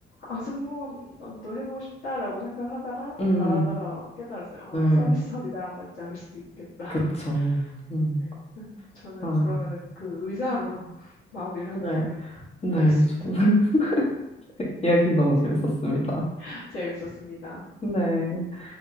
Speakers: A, on the left (about 85°); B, on the left (about 30°).
A: 아, 승무원도 해보고 싶다라고 생각하다가
B: 음,
A: 말하다가 깨달았어요. 아,
B: 네,
A: 서비스업이 나랑 맞지 않을 수도 있겠다.
B: 그쵸. 음,
A: <laughs> 네. 저는
B: 아,
A: 그러면은 그 의사로 <laughs> 마무리를 하는
B: 네,
A: 걸로 <laughs>
B: 네,
A: 하겠습니다.
B: 좀 <laughs> 이야기 너무 재밌었습니다.
A: <laughs> 재밌었습니다.
B: 네.